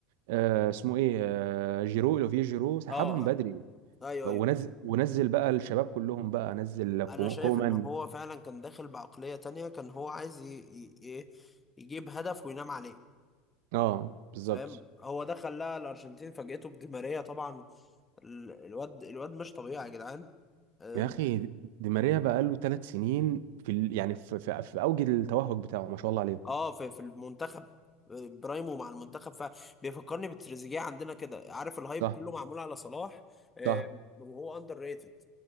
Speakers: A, on the right (about 80°); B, on the left (about 15°).
A: آه، اسمه ايه آه، جيرو اوليفيه جيرو سحبهم
B: اه اه
A: بدري
B: ايوه
A: ونزل
B: ايوه
A: ونزل بقى الشباب كلهم بقى نزل كو-
B: انا شايف
A: كومان
B: ان هو فعلا كان داخل بعقلية تانية كان هو عايز ي... ي... ي- يجيب هدف وينام عليه
A: اه بالظبط
B: فاهم هو ده خلاها الارجنتين فاجئته بدي ماريا طبعا ال- الواد الواد مش طبيعي يا جدعان أم،
A: يا اخي دي ماريا بقى له ثلاث سنين في ال... يعني في... في... في اوج التوهج بتاعه ما شاء الله عليه
B: اه في في المنتخب أه، برايمو مع المنتخب فبيفكرني بتريزيجيه عندنا كده عارف الهايب
A: صح
B: كله معمول على صلاح أه،
A: صح
B: وهو اندر ريتد